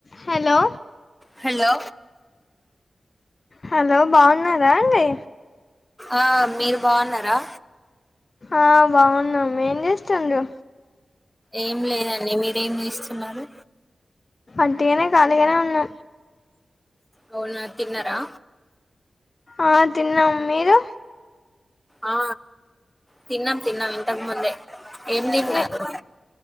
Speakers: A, on the left; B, in the centre.
A: Hello
B: hello
A: hello బాన్నారా అండి
B: ఆ మీరు బాగున్నారా
A: ఆ బాగున్నాము ఏం చేస్తుండ్రు
B: ఏం లేదండి మీరేం చేస్తున్నారు
A: ఉటిగనే కాాలిగనే ఉన్నా
B: అవునా తిన్నారా
A: ఆ తిన్నం మీరు
B: ఆ తిన్నాం తిన్నాం ఇంతకు ముందే ఏం తిన్నారు
A: ఏ